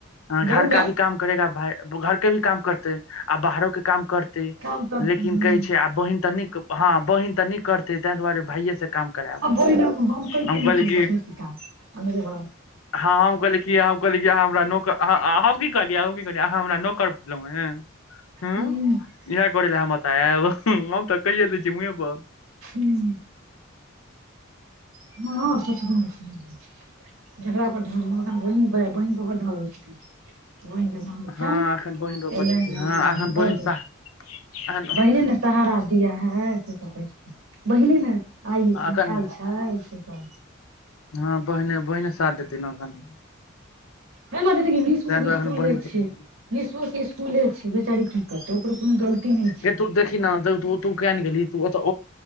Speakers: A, on the left (about 80°); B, on the right (about 75°).
A: हं घर
B: बैग मे
A: का भी काम करेगा भाय घरके भी काम करतै आ बाहरो के काम करतै
B: काम करती
A: लेकिन
B: हूँ
A: कहै छै आब बहिन त नै हँ बहिन त नहि करतै ताहि दुआरे भाइये से काम करायब
B: आ वोन बनतै
A: हम
B: कि
A: कहलियै
B: ओत बीस फीफा बीस हाथ।
A: हँ हम कहलियै कि हम कहलियै जे हमरा नोकर हम की कहलियै हम की कहलियै अहाँ हमरा नौकर बुजलहुँ हें हूं।
B: हूँ
A: इहे करै ले हम, एतय आएब, हम त कहिये दै व्यै मुंहे पर।
B: हुं। हँ <unintelligible> जेकरा पर ढ़रलौं अखैन बहीन पर बड ढरल छथिन। बहीन के माम छन्हि
A: हँ एखन बहिन पर
B: एलैन
A: बड़ छथिन
B: हे
A: हँ एखन
B: बड
A: बहिन साथ एखन
B: बहिने ने सहारा दिया है। से सब कहै छथिन बहिने ने आइ
A: एखन
B: आयल छैथ।
A: हँ बहिने बहिने साथ देतैन अखन।
B: ह माजी देखही निशु
A: ताहि
B: के
A: दुआरे
B: इसकुले
A: एखन बहिन
B: छै।
A: पर
B: निशु के इसकुले छै बेचारी की करते ओकरो कोनो गलती नहि छै
A: गै तु देखही ने तु किया ने गेलही तु ओत